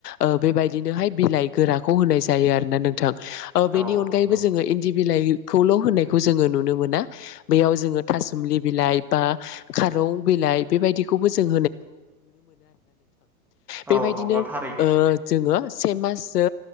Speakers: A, on the left (about 80°); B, in the centre.
A: ओ बेबायदिनोहाय बिलाइ गोराखौ होनाय जायो आरोना नोंथां। ओ बेनि
B: औ
A: अनगायैबो
B: नंगौ
A: जोङो इन्दि बिलाइखौल' होननायखौ जोङो नुनो मोना बेयाव जोङो थासुमलि बिलाइ बा खारौ बिलाइ बेबायदिखौबो जों बेबायदिनो
B: औ नंगौ थारैनो
A: ओ जोङो से माससो